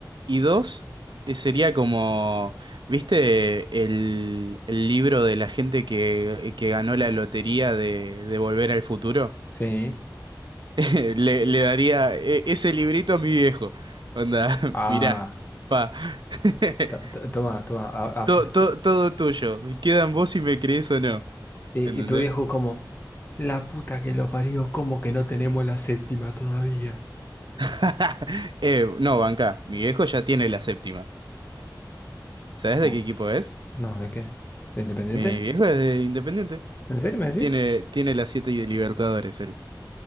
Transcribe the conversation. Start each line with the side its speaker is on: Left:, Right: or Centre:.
Right: Y dos, eh, sería como, ¿viste el, el libro de la gente que, que ganó la lotería de, de Volver al Futuro?
Left: Sí.
Right: <laughs> Le, le daría eh, ese librito a mi viejo. Onda,
Left: Ah,
Right: <laughs> mirá, pa. <laughs>
Left: to- to- toma, toma, a-
Right: Todo,
Left: aposta-
Right: todo, todo tuyo. Queda en vos si me crees o no.
Left: Y,
Right: ¿Entendés?
Left: y tu viejo como, la puta que lo parió, ¿cómo que no tenemos la séptima todavía?
Right: <laughs> Eh, no, banca. Mi viejo ya tiene la séptima. ¿Sabés
Left: Como,
Right: de qué equipo es?
Left: no, ¿de qué? ¿De Independiente?
Right: Mi viejo es de Independiente.
Left: ¿En serio me decís?
Right: Tiene, tiene las siete y de Libertadores, él.